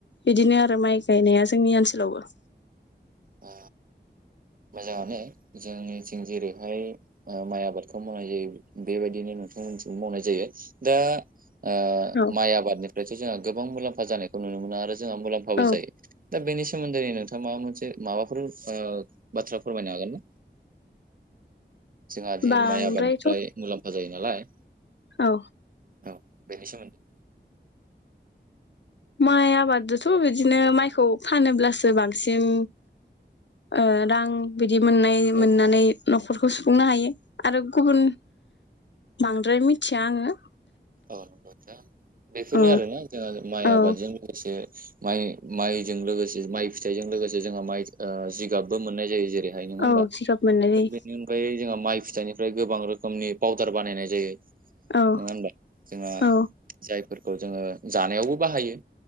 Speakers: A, on the left; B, on the right.
A: बिदिनो आरो माइ गायनाया जोंनि ओनसोलावबो
B: आ मोजाङानो जोंनिथिं जेरैहाय ओ माइ आबादखौ मावनाय जायो बेबायदिनो नोंथांमोननिथिंबो मावनाय जायो दा ओ
A: औ
B: माइ आबादनिफ्रायसो जोंहा गोबां मुलाम्फा फा जानायखौ नुनो मोन आरो जोंहा मुलाम्फाबो
A: औ
B: जायो। दा बेनि सोमोन्दै नोंथाङा माबा मोनसे माबाफोर बाथ्रा फोरमायनो हागोनना? जोंहा दिनै
A: बांद्रायथ'
B: माइ आबादनिफ्राय मुलाम्फा जायो नालाय।
A: औ।
B: औ बेनि सोमोन्दै
A: माइ आबादजोंथ' बिदिनो माइखौ फानोब्लासो बांसिन ओ रां बि दि मोननाय मोननानै
B: औ
A: न'खर खौ सुफुंनो हायो आरो गुबुन बांद्राय मिथिया आङो।
B: औ नंगौ नोंथां बेफोरनो
A: औ
B: आरोना जोंहा माइ
A: औ
B: आबादजों लोगोसे माइ माइजों लोगोसे माइ फिथाइजों लोगोसे जोंहा माइ ओ जिगाबबो मोननाय जायो जेरै रैहाय नङा होमबा
A: औ जिगाब मोननाय
B: बेनि अनगायै जों माइ फिथाइनि ओमफ्राय गोबां रोखोमनि पाउदार बानायनाय जायो। नोङा
A: जायो
B: होमबा?
A: औ
B: <unintelligible> माइफोरखौ जोङो जानायावबो बाहायो।